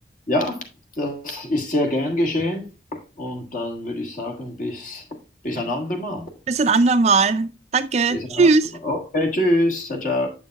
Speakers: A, on the left; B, on the right.
A: Ja, das ist sehr gern geschehen. Und dann würde ich sagen, bis, bis ein andermal.
B: Bis ein andermal. Danke.
A: Bis
B: Tschüss.
A: ein andermal. Okay, tschüss. Ciao, ciao.